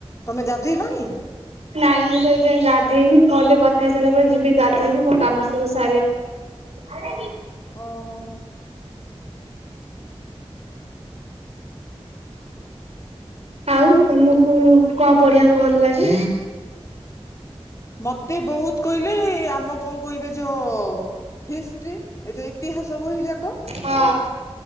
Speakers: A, on the left; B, on the right.
A: ତମେ ଗାଧୋଇଲଣି?
B: ନାଇଁ ମୁଁ ତ ଏ ଯାଏ ଗାଧେଇନି କଲ ରେ କଥା ହେଇସାରିଲା ପରେ ଯିବି। ଗାଥେଇବି ମୋ କାମ ସବୁ ସାରିବି
A: ଓହୋ ହୋ
B: ଆଉ ତମକୁ କଁ ପଢିବାକୁ ଭଲ ଲାଗେ?
A: ମତେ ବହୁତ କହିଲେ ଆମ କଣ କହିବେ ଯୋ ହିଷ୍ଟ୍ରି ଏ ଯୋଉ ଇତିହାସ ବହି ଯାକ।
B: ହଁ।